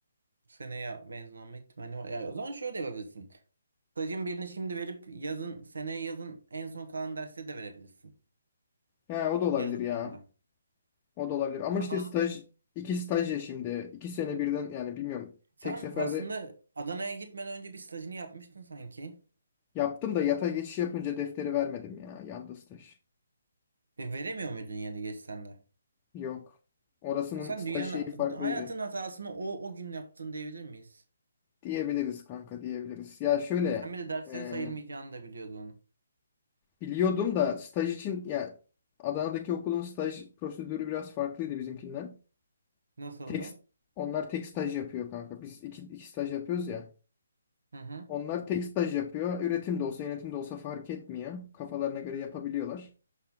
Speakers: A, on the right; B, on the left.
A: Seneye mezun olma ihtimali var. Ya, o zaman şöyle yapabilirsin. Stajın birini şimdi verip yazın, seneye yazın en son kalan derste de verebilirsin.
B: He o da olabilir
A: Yaz
B: ya.
A: okulunda.
B: O da olabilir. Ama
A: Anladım.
B: işte staj, iki staj ya şimdi. İki sene birden yani bilmiyorum.
A: Sen
B: Tek seferde
A: aslında Adana'ya gitmeden önce bir stajını yapmıştın sanki.
B: yaptım da yata geçiş yapınca defteri vermedim ya. Yandı staj.
A: E, veremiyor muydun yeri geçsen de?
B: Yok. Orasının
A: Ya sen
B: staj
A: dünyanın
B: şeyi farklıydı.
A: hayatın hatasını o o gün yaptın diyebilir miyiz?
B: Diyebiliriz kanka diyebiliriz. Ya şöyle
A: Sen bir de derslerin
B: e,
A: sayılmayacağını da biliyordun.
B: biliyordum da staj için ya Adana'daki okulun staj prosedürü biraz farklıydı bizimkinden.
A: Nasıldı?
B: Tek, onlar tek staj yapıyor kanka. Biz iki, iki staj yapıyoruz ya.
A: Hı hı.
B: Onlar tek staj yapıyor. Üretim de olsa yönetim de olsa fark etmiyor. Kafalarına göre yapabiliyorlar